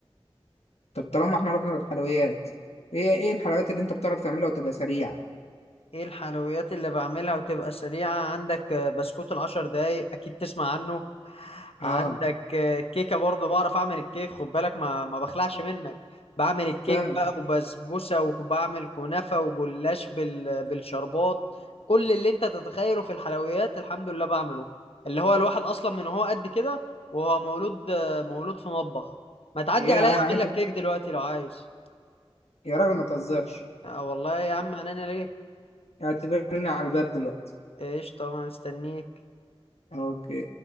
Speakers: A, on the left (about 80°); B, on the left (about 65°).
A: طب طالما احنا رحنا للحلويات ايه ايه الحلويات اللي انت بتعرف تعملها وتبقى سريعة
B: ايه الحلويات اللي بعملها وتبقى سريعة عندك آه، بسكوت العشر دقايق اكيد تسمع عنه
A: اه
B: عندك آه، كيكة برضه بعرف اعمل الكيك خد بالك ما ما بخلعش منك بعمل الكيك
A: فاهم
B: بقى وبسبوسة وبعمل كنافة وجلاش بال بالشربات كل اللي انت تتخيله في الحلويات الحمد لله بعمله اللي هو الواحد اصلا من هو قد كده وهو مولود آه، مولود في مطبخ ما تعدي
A: يا
B: عليا
A: يعني
B: اعمل
A: انت
B: لك كيك دلوقتي لو عايز
A: يا راجل ما تهزرش
B: آه والله يا عم عناني ليك
A: اعتبرني على الباب دلوقتي
B: قشطة ما استنيك
A: اوكي